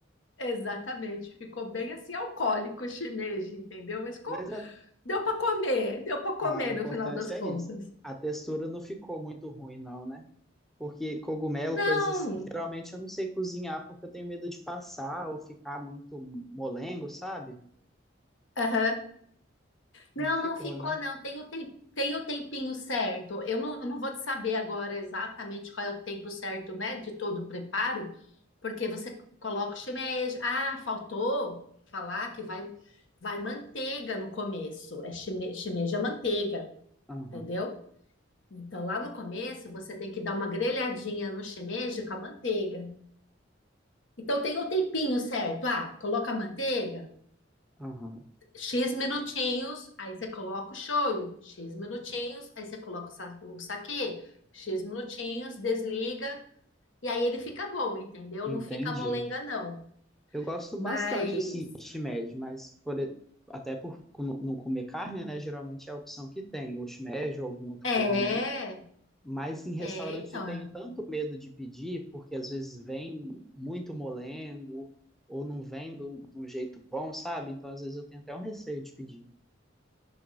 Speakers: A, on the left; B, in the centre.
A: Exatamente, ficou bem assim alcoólico o shimeji, entendeu? Mas com
B: Mas a-
A: Deu para comer, deu para comer
B: ah, o importante
A: no final das contas.
B: é isso. A textura não ficou muito ruim, não, né? Porque cogumelo,
A: Não,
B: coisas assim, geralmente eu não sei cozinhar porque eu tenho medo de passar ou ficar muito molengo, sabe?
A: Aham.
B: Não
A: não,
B: ficou,
A: não ficou,
B: né?
A: não. Tem o, tem, tem o tempinho certo. Eu não, eu não vou te saber agora exatamente qual é o tempo certo, né, de todo o preparo, porque você coloca o shimeji. Ah, faltou falar que vai, vai manteiga no começo. É shime, shimeji é manteiga,
B: Aham,
A: entendeu? Então, lá no começo, você tem que dar uma grelhadinha no shimeji com a manteiga. Então, tem o tempinho certo. Ah, coloca a manteiga.
B: aham.
A: X minutinhos, aí você coloca o shoyu. X minutinhos, aí você coloca o sa- o saquê. X minutinhos, desliga. E aí ele fica bom, entendeu?
B: Entendi.
A: Não fica molenga, não.
B: Eu gosto
A: Mas.
B: bastante, assim, de shimeji, mas por, e- até por co- não comer carne, né? Geralmente é a opção que tem, ou shimeji ou algum outro
A: É,
B: cogumelo. Mas em restaurante
A: é, então.
B: eu tenho tanto medo de pedir, porque às vezes vem muito molengo, ou não vem de um de um jeito bom, sabe? Então às vezes eu tenho até um receio de pedir.